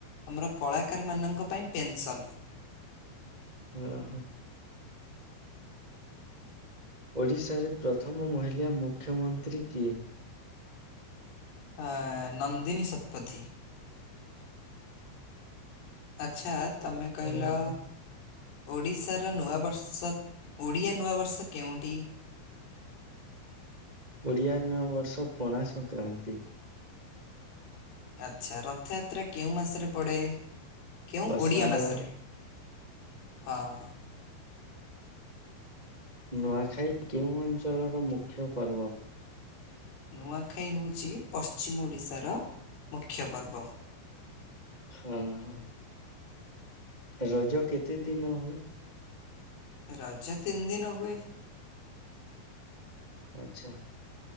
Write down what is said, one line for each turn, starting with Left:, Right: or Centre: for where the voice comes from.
Left: ଆମର କଳାକାର ମାନଙ୍କ ପାଇଁ ପେନସନ୍।
Right: ଅ ହଁ। ଓଡ଼ିଶାରେ ପ୍ରଥମ ମହିଳା ମୁଖ୍ୟମନ୍ତ୍ରୀ କିଏ?
Left: ଆ ନନ୍ଦିନୀ ଶତପଥି। ଆଛା ତମେ କହିଲ
Right: ଓହୋ
Left: ଓଡ଼ିଶାର ନୂଆବର୍ଷ ଓଡ଼ିଆ ନୂଆବର୍ଷ କେଉଁଟି?
Right: ଓଡିଆ ନୂଆବର୍ଷ ପଣା ସଂକ୍ରାନ୍ତି।
Left: ଆଚ୍ଛା ରଥଯାତ୍ରା କେଉଁ ମାସରେ ପଡେ? କେଉଁ
Right: ଅଷାଢ଼
Left: ଓଡିଆ ମାସରେ? ହଁ।
Right: ନୂଆଖାଇ କେଉଁ ଅଞ୍ଚଳର ମୁଖ୍ୟ ପର୍ବ?
Left: ନୂଆଖାଇ ହଉଚି ପଶ୍ଚିମ ଓଡ଼ିଶାର ମୁଖ୍ୟ ପର୍ବ।
Right: ହଁ ହଁ। ରଜ କେତେ ଦିନ ହୁଏ?
Left: ରଜ ତିନି ଦିନ ହୁଏ।
Right: ଆଛା।